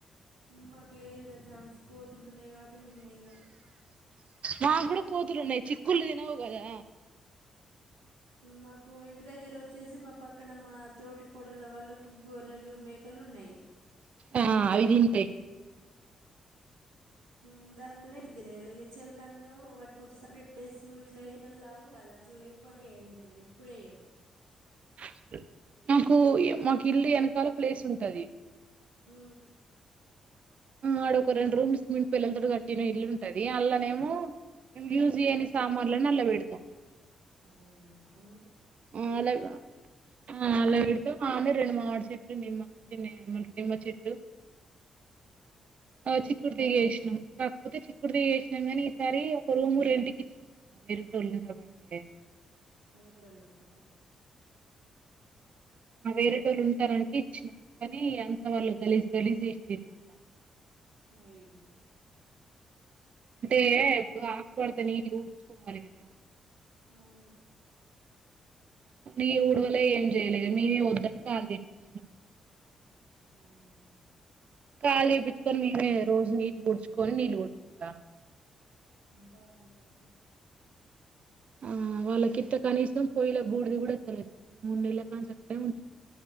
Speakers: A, on the right; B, on the right.
A: మా లేదు రా ఛాన్స్ కోతులు ఉన్నాయి కాబట్టి మేము వేయాలే
B: మాకు కూడా కోతులు ఉన్నాయి చిక్కుళ్ళు తినవు కదా
A: మాకు ఇంటి దగ్గర వచ్చేసి మా పక్కన మా తోటి కోడల వాళ్లకు గొర్రెలు, మేకలు ఉన్నాయి.
B: ఆ అవి ఇంతే
A: హు <unintelligible> కన్ను వట్టుకొచ్చి <unintelligible> ఇట్లానాల అట్లా ఇవ్వండి వేయలే మేము ఎప్పుడ వేయము
B: స నాకు మాకు ఇల్లు వెనకాల ప్లేస్ ఉంటాది
A: హు
B: ఆ ఆడ ఒక రెండు రూమ్ సిమింట్ పిల్లలతో కట్టిన ఇల్లు ఉంటది అల్లానేమోము యూజ్ చేయని సామాన్లని అలా పెడతాం.
A: అవునా అం
B: హుఆలా ఇడుత ఆన్న రెండు మాడు చెట్లు నిమ్మ చి నిమ్మ చెట్టు
A: మ్మ్
B: ఆ చక్కుడు దిగి వేసినం కాకపోతే చిక్కుడు దిగ వేసినాం నీ ఈసారి ఒక రూమ్ రెంకి ఇచ్చిన వేరే టోళ్ళ ఉంటామంటే
A: వేరడ వాళ్ళు ఉంటారా
B: ఆ వేరేటోళ్ళు ఉంటారంటే ఇచ్చినాము కానీ అంత వాళ్ళు గలీ గలీజు చిసిర్రు అంత
A: అయ్యో
B: అంటే ఎప్పుడు ఆకుబడితే ఊడ్చుకోవాలి కదా
A: అవును
B: ఈ ఊడవలె ఏం చేయ్యలేగా మీమే వద్దని కాలో చెప్పిచ్చినము
A: అవునా
B: కాలీ చేపించుకొని
A: ఇల్లం
B: మిమే రోజు ఊడ్చు కుంటమ్ కోని నీళ్ళు కొట్టుకుంటాను
A: బాగుంటది అట్లా
B: ఆ వాళ్ళకింత కనీసం పొయ్యిలో బూడిది కూడా ఎత్తలేదు తెలు మూడు నెళ్ల కాడా నుంచి అట్లే నుకిర్రు